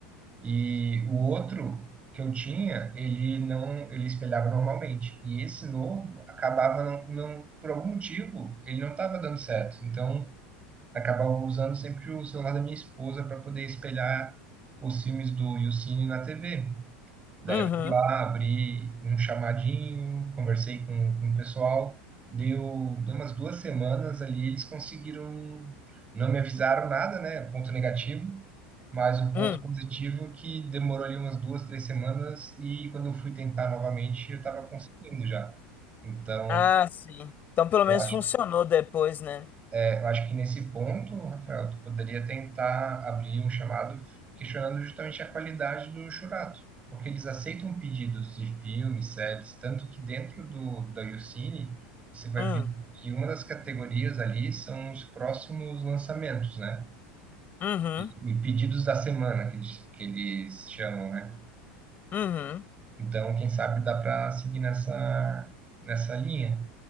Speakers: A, on the right; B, on the left.
A: E o outro que eu tinha, ele não, ele espelhava normalmente. E esse novo acabava não, não por algum motivo, ele não estava dando certo. Então, acabava usando sempre o celular da minha esposa para poder espelhar os filmes do Yucine na TV. Daí
B: Uhum,
A: eu fui lá, abri um chamadinho, conversei com, com o pessoal. Deu, deu umas duas semanas ali, eles conseguiram. Não me avisaram nada, né? um Ponto negativo. Mas o ponto
B: hum.
A: positivo é que demorou ali umas duas, três semanas. E quando eu fui tentar novamente, eu estava conseguindo já. Então,
B: Ah, sim. Então pelo menos
A: eu acho
B: funcionou depois, né?
A: é, Eu acho que nesse ponto, Rafael, tu poderia tentar abrir um chamado questionando justamente a qualidade do Churato, porque eles aceitam pedidos de filmes, séries, tanto que dentro do da YouCine você vai
B: Hum.
A: ver que uma das categorias ali são os próximos lançamentos, né?
B: Uhum,
A: E, e pedidos da semana que eles, que eles chamam, né?
B: uhum.
A: Então, quem sabe dá para seguir nessa nessa linha.